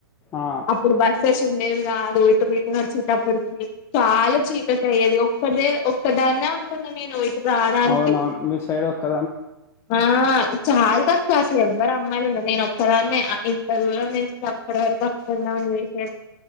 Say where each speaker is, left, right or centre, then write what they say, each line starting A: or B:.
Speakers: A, on the left (about 20°); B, on the left (about 35°).
A: ఆ!
B: అప్పుడు బస్సెస్ ఉండేవి కాదు ఇటు రిటనర్స్ అప్పటికి చాలా చీకటి అయ్యేది ఒక్కట్దే ఒక్కదాన్నే ఉంటున్న నేను రావడానికి
A: అవునా మీ సైడ్ ఒకక్క
B: ఆ చాలా తక్కువ అసలు ఎవ్వరు అమ్మాయిలు ఉండ నేన్ ఓక్ అస్తలాన్ని ఇంత దూరం నుంచి అప్పటి వరకు అప్పుడుందామ అని చేసను